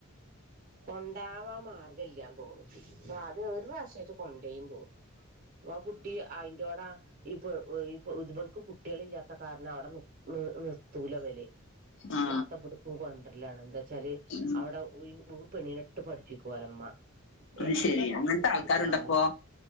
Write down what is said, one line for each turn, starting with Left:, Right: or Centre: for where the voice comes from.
Right: കൊണ്ടാവാൻ മാർഗമില്ലണ് തോന്നുന്നു അ അദ്യ ഒരു പ്രാവശ്യമായിട്ട് കൊണ്ടേയി തോനുന്നു ആ കുട്ടി അതിന്റെറോടാ ഇപ്പൊ ഇ ഇത് വ ക്ക് കുട്ടികൾ ഇല്ലാത്ത കാരണം അവിടെ നിർത്തൂല ഇവൽ
Left: ആ
Right: താത്ത ഇബട്ക് കൊണ്ടുറും <unintelligible> എന്താ വെച്ചാല്
Left: ഉം
Right: അവിടെ ഇ പെണീനെട്ട് പഠപ്പികോളേ ഇമ്മ
Left: അത്
Right: എല്ലാ
Left: ശെരി
Right: പണിം
Left: അങ്ങനത്തെ
Right: കൂട്ടി
Left: ആൾക്കാരുണ്ടപ്പോ
Right: എടുക്കാനൊലെ